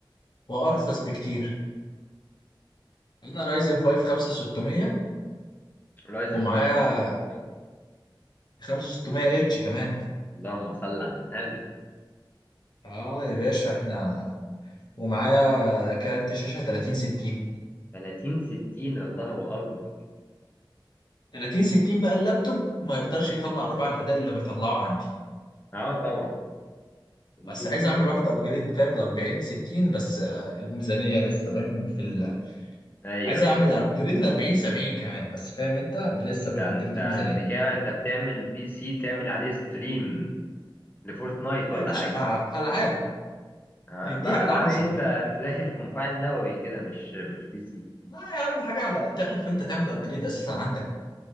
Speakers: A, on the left; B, on the left.
A: وارخص بكتير انا رايزن 5 5600
B: رايزن
A: ومعايا
B: 5 5 ايه
A: 5600 اتش كمان
B: اللهم صل على النبي
A: اه يا باشا احنا ومعايا كارت شاشه 3060
B: 30 60 الله اكبر
A: 30 60 بقى اللابتوب ما يقدرش يطلع ربع الاداء اللي بيطلعه عندي
B: اه طبعا البي
A: بس عايز
B: سي
A: اعمل
B: برضه
A: واحد
B: مخ-
A: ابجريد فاهم ل 40 60 بس آه، الميزانيه لسه فاهم في ال...
B: ايوه
A: عايز
B: ايوه
A: اعمل ابجريد ل 40 70 كمان بس فاهم انت لسه
B: ده
A: بنابجريد
B: انت
A: الميزانيه
B: انت كده انت بتعمل بي سي تعمل عليه ستريم لفورتنايت
A: لا
B: ولا
A: يا باشا
B: حاجة
A: آه، العاب
B: آه
A: نديها
B: لا العاب
A: العاب وشغل
B: ايه انت انت داخل في مفاعل نووي كده مش مش بي سي
A: لا يا عم حاجه على تعرف انت تعمل ابجريد اساسا عندك